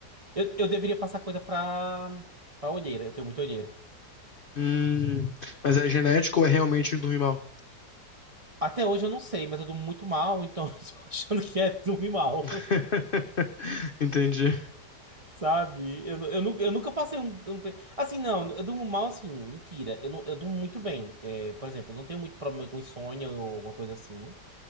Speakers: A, on the right (about 45°); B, on the left (about 50°).
A: Eu, eu deveria passar coisa pra, pra olheira. Eu tenho muita olheira.
B: Hum. Mas é genético ou é realmente dormir mal?
A: Até hoje eu não sei, mas eu durmo muito mal, então <laughs> eu tô achando que é dormir mal,
B: <laughs> Entendi.
A: sabe? Eu, nu- eu, nu- eu nunca passei um, um pe- Assim, não, eu durmo mal assim, mentira. Eu, nu- eu durmo muito bem. É, por exemplo, eu não tenho muito problema com insônia ou alguma coisa assim.